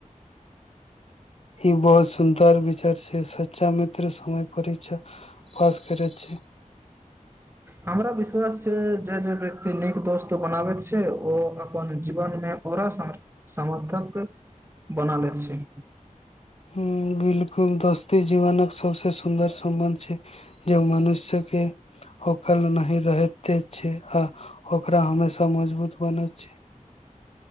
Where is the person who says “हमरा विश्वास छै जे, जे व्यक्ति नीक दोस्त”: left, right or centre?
Right